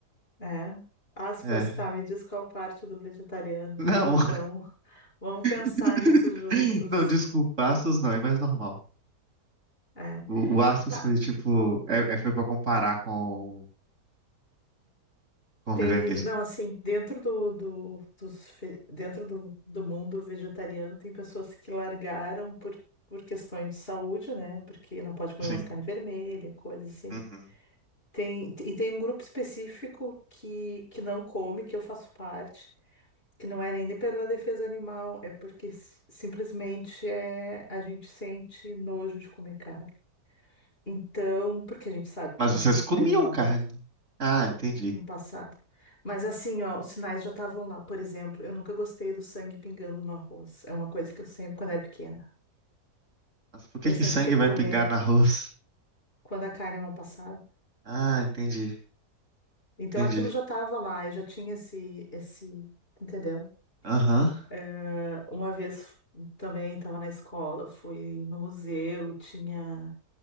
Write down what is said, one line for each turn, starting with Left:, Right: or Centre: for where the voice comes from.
Left: é. Aspas,
Right: É.
Left: tá, me diz qual parte do vegetarianismo,
Right: Não,
Left: então. <laughs> Vamos pensar
Right: <laughs>
Left: nisso juntos.
Right: não, desculpa, aspas não, é mais normal.
Left: É.
Right: O, o Asmus
Left: Tá.
Right: foi tipo. É, é- foi pra comparar com, o- com
Left: Tem,
Right: o veganismo.
Left: não, assim, dentro do, do, dos, fe- dentro do, do mundo vegetariano, tem pessoas que largaram por, por questões de saúde, né? Porque não pode comer
Right: Sim.
Left: mais carne vermelha, coisas assim.
Right: Uhum.
Left: Tem, e tem um grupo específico que, que não come, que eu faço parte, que não é nem pela defesa animal, é porque s- simplesmente é, a gente sente nojo de comer carne. Então, porque a gente sabe que
Right: Mas
Left: é um
Right: vocês comiam
Left: animal
Right: carne.
Left: mortal
Right: Ah, entendi.
Left: no passado. Mas assim, ó, os sinais já estavam lá. Por exemplo, eu nunca gostei do sangue pingando no arroz. É uma coisa que eu sempre, quando era pequena,
Right: Mas por que
Left: eu sempre
Right: que sangue
Left: tinha que comer
Right: vai pingar no arroz?
Left: quando a carne não passava.
Right: Ah, entendi.
Left: Então
Right: Entendi.
Left: aquilo já estava lá, eu já tinha esse, esse, entendeu?
Right: Aham.
Left: Eh, uma vez também estava na escola, fui no museu e tinha